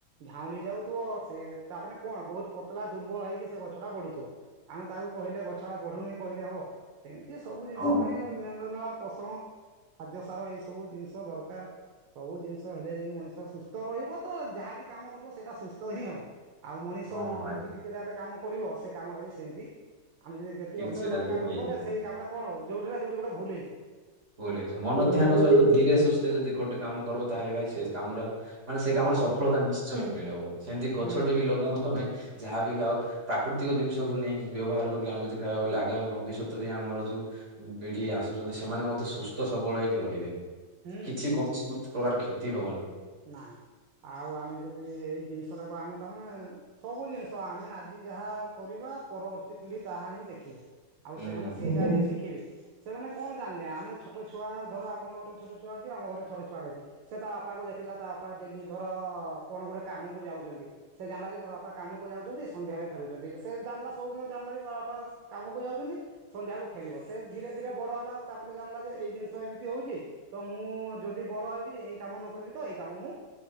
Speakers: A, on the right; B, on the right.
A: ଝାଉଁଳି ଯାଉଥିବ ସେ ତାମାନେ କଣ ବହୁତ ପତଳା ଦୁର୍ବଳ ହେଇକି ସେ ଗଛ ଟା ପଢୁଥିବ ଆମେ ତାକୁ କହି କହିଲେ ଗଛ ଟା ବଢୁନି କହିଲେ ହବ ସେମିତି ସବୁ ଜିନିଷ
B: ହଉ
A: ପାଇଁ ମେ ମେଳା ପୋଷଣ ଖାଦ୍ୟ ସାର ଏଇ ସବୁ ଜିନିଷ ଦରକାର ସବୁ ଜିନିଷ ହେଲେ ଯାଇକି ମଣିଷ ସୁସ୍ଥ ତ ରହିବ ତ ଯାହା ବି କାମ କରିବ ସେଇଟା ସୁସ୍ଥ ହିଁ ହବ। ଆଉ ମଣିଷ
B: ହଁ
A: ଯେମିତି
B: ଭାଇ
A: ଚିଡିଚିଡାରେ କାମ କରିବ ସେ କାମଟା ବି ସେମିତି ଆମେ ଯଦି ବ୍ୟତିବସ୍ଥାରେ
B: ଚିଡ଼ଚିଡ଼ା
A: ଗୋଟେ କାମେ
B: ହେଇଯିବ
A: କଲେ ସେଇ କାମଟା କଣ ହବ। ଯଉଠି ନା ଯୋଉଠି ଗୋଟେ ଭୁଲହେଇଥିବ।
B: ଭୁଲହେଇଯିବ ମନ ଧ୍ୟାନ ସହିତ ଧୀରେ ସୁସ୍ଥେ ଯଦି ଗୋଟେ କାମ କରିବ ତାହେଲେ ଭାଇ ସେ କାମଟା ମାନେ ସେ କାମର
A: ହଁ
B: ସଫଳତା ନିଶ୍ଚୟ ମିଳିବ। ସେମିତି ଗଛଟ
A: ହୁଁ
B: ବି ଲଗେଇବ ତମେ ଯାହା ବିି ଖାଉ ପ୍ରାକୃତିକ ଜିନିଷକୁ ନେଇକି ବ୍ୟବହାର କରିକି ଆମେ ଯଦି ଖାଇବା ବୋଇଲେ ଆଗାମୀ ଭବିଷ୍ୟତ ବି ଆମର ଯେଉଁ ପିଢି ଆସୁଛନ୍ତି ସେମାନେ ମ ସୁସ୍ଥ ସବଳ ହେଇକି ରହିବେ।
A: ହୁଁ
B: କିଛି କୌଣସି ସମସ୍ତ ପ୍ରକାର କ୍ଷତି ହବନି।
A: ନାଇଁ। ଆଉ ଆମେ ଯଦି ଏଇ ଜିନିଷ ଟାକୁ ଆମେ ତମେ ସବୁ ଜିନିଷ ଆମେ ଆଜି ଯାହା କରିବା। ପରବର୍ତ୍ତୀ ପିଢି ତାହା ହିଁ ଦେଖିବେ। ଆଉ
B: ହୁଁ।
A: ସେମାନେ ସେଇଟା ହିଁ ଶିଖିବେ। ସେମାନେ କଣ ଜାଣିଲେ ଆମେ ଛୋଟ ଛୁଆ ଧର ଆପଣଙ୍କର ଛୋଟ ଛୁଆ ଅଛି। ଆମ ଘରେ ଛୋଟ ଛୁଆଟେ ଅଛି। ସେ ବାପାକୁ ଦେଖି ଥିଲା ତା ବାପା ଡେଲି ଧର କଣ ଗୋଟେ କାମକୁ ଯାଉଛନ୍ତି। ସେ ଜାଣିଲା ଯେ ମୋବାପା କାମକୁ ଯାଉଛନ୍ତି ସନ୍ଧ୍ୟାରେ ଫେରୁଛନ୍ତି ସେ ଜାଣିଲା ସବୁିଦିନ ଜାଣିଲା ଯେ ତା ବାପା କାମକୁ ଯାଉଛନ୍ତି। ସନ୍ଧ୍ୟାକୁ ଫେରିବ ସେ ଧୀରେ ଧୀରେ ବଡ଼ ହେଲା ତାପରେ ଜାଣିଲା ଯେ ଏଇ ଜିନିଷ ଏମିତି ହଉଛି। ତ ମୁଁ ଯଦି ବଡ ହେବି ଏଇ କାମ ନ କରିବି ତ ଏଇ କାମ ମୁଁ